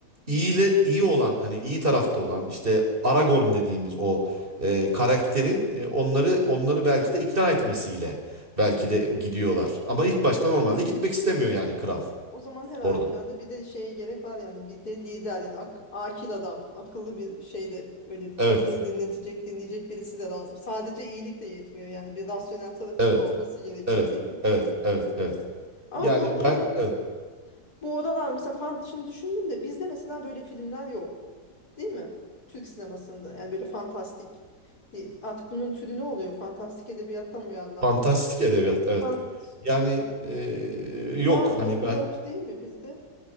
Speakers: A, on the right; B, on the left.
A: iyiyle iyi olan hani iyi tarafta olan işte Aragorn dediğimiz o e, karakterin e, onları onları belki de ikna etmesiyle belki de gidiyorlar. Ama ilk başta normalde gitmek istemiyor yani kral
B: O zaman her halükarda
A: orada.
B: bir de şeye gerek var yani bir de lider yani ak- akil adam akıllı bir şeyde böyle
A: Evet.
B: lafını dinletecek dinleyecek birisi de lazım. Sadece iyilik de yetmiyor yani bir rasyonel tarafında
A: Evet.
B: olması gerekiyor
A: Evet.
B: değil mi?
A: Evet. Evet. Evet.
B: Ama
A: Yani
B: bu evet
A: ben evet.
B: bu odalar mesela fan şimdi düşündüm de bizde mesela böyle filmler yok değil mi? Türk sinemasında yani böyle fantastik değil. artık bunun türü ne oluyor? Fantastik edebiyattan uyarlanmış.
A: Fantastik edebiyat. Evet.
B: Fant
A: Yani e,
B: var
A: yok
B: mı?
A: hani ben
B: Yok değil mi bizde?